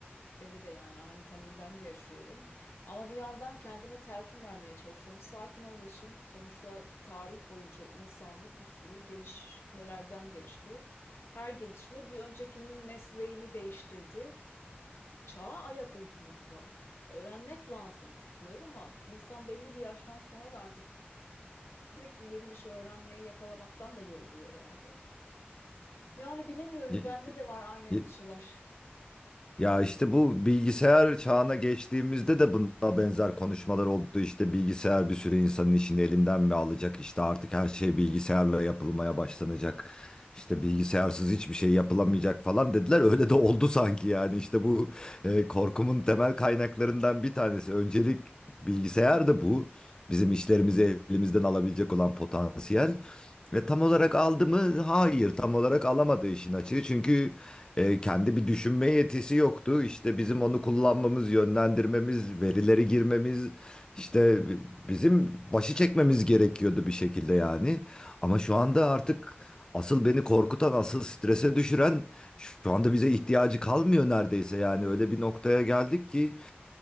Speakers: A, on the left; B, on the left.
A: Beni de yani aynı paniği ben de yaşıyorum. Ama bir yandan kendime telkin vermeye çalışıyorum. Sakin ol Yeşim. Sonuçta tarih boyunca insanlık bir sürü gelişmelerden geçti. Her gelişme bir öncekinin mesleğini değiştirdi. Çağa ayak uydurmak lazım. Öğrenmek lazım diyorum ama insan belli bir yaştan sonra da artık sürekli yeni bir şey öğrenmeye yakalamaktan da yoruluyor yani. Yani bilemiyorum
B: Y-
A: bende de var aynı endişeler.
B: y- Ya işte bu bilgisayar çağına geçtiğimizde de buna benzer konuşmalar oldu. İşte bilgisayar bir sürü insanın işini elinden mi alacak? İşte artık her şey bilgisayarla yapılmaya başlanacak. İşte bilgisayarsız hiçbir şey yapılamayacak falan dediler. Öyle de oldu sanki yani. İşte bu e, korkumun temel kaynaklarından bir tanesi. Öncelik bilgisayar da bu. Bizim işlerimizi elimizden alabilecek olan potansiyel. Ve tam olarak aldı mı? Hayır, tam olarak alamadı işin açığı. Çünkü e, kendi bir düşünme yetisi yoktu. İşte bizim onu kullanmamız, yönlendirmemiz, verileri girmemiz, işte bizim başı çekmemiz gerekiyordu bir şekilde yani. Ama şu anda artık asıl beni korkutan, asıl strese düşüren şu anda bize ihtiyacı kalmıyor neredeyse. Yani öyle bir noktaya geldik ki